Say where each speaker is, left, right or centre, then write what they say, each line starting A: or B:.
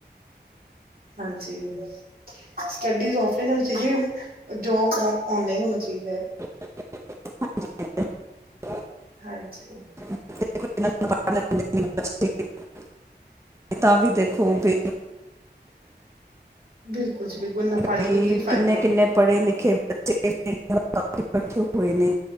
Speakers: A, on the right (about 55°); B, on the right (about 15°).
A: ਹਾਂਜੀ ਸਟੱਡੀਜ਼ ਔਫਲਾਈਨ ਹੋਣੀ ਚਾਹੀਦੀ, ਜੋਬ ਓਨਲਾਈਨ ਹੋਣਾ ਚਾਹੀਦਾ ਹੈ।
B: <inaudible>
A: ਹਾਂਜੀ।
B: <inaudible> <inaudible> ਤਾਂ ਵੀ, ਦੇਖੋ ਬੇ
A: ਬਿਲਕੁਲ ਜੀ ਬਿਲਕੁਲ, ਏਨਾ ਪਾੜ
B: ਬੇਰੋਜ਼ਗਾਰੀ
A: ਲਿਖ ਕੇ ਕੀ ਫਾਇਦਾ।
B: ਕਿੰਨੇ ਕਿੰਨੇ ਪੜ੍ਹੇ ਲਿਖੇ ਬੱਚੇ <unintelligible> ਬੈਠੇ ਹੋਏ ਨੇ।